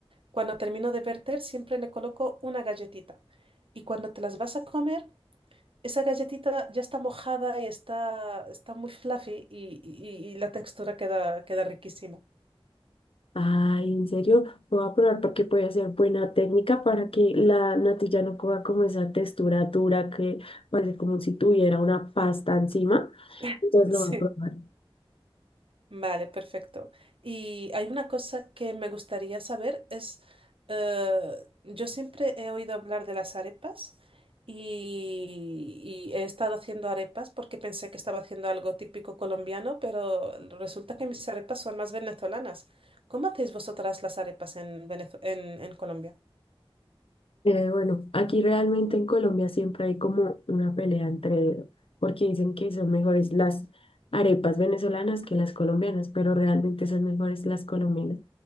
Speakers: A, on the right; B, on the left.
A: cuando termino de verter siempre le coloco una galletita. Y cuando te las vas a comer, esa galletita ya está mojada y está, está muy fluffy y, y- y la textura queda, queda riquísima.
B: Ay, en serio, lo voy a probar porque puede ser buena técnica para que la natilla no coja como esa textura dura que parece como si tuviera una pasta encima.
A: <laughs>
B: Entonces lo
A: Sí.
B: voy a probar.
A: Vale, perfecto. Y hay una cosa que me gustaría saber es, eh, yo siempre he oído hablar de las arepas y, y he estado haciendo arepas porque pensé que estaba haciendo algo típico colombiano, pero resulta que mis arepas son más venezolanas. ¿Cómo hacéis vosotras las arepas en Venez- en, en Colombia?
B: Eh, bueno, aquí realmente en Colombia siempre hay como una pelea entre, porque dicen que son mejores las arepas venezolanas que las colombianas, pero realmente son mejores las colombianas.